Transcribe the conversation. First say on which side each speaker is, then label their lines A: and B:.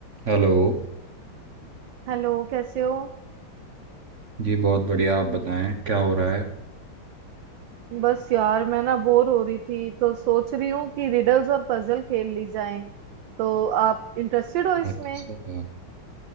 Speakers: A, on the right; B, on the right.
A: Hello
B: हेलो कैसे हो
A: जी बहुत बढ़िया आप बताएं क्या हो रहा है
B: बस यार मैं ना बोर हो रही थी तो सोच रही हूँ कि रिडल्स और पजल खेल ली जाएं तो आप इंटरेस्टेड हो इसमें
A: अच्छा